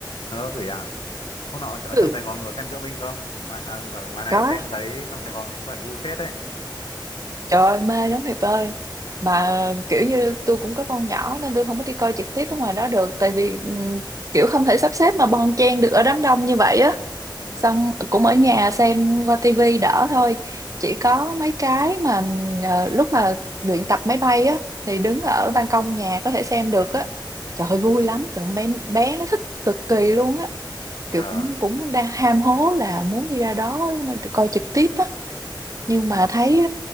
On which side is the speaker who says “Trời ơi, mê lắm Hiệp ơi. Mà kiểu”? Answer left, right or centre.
Right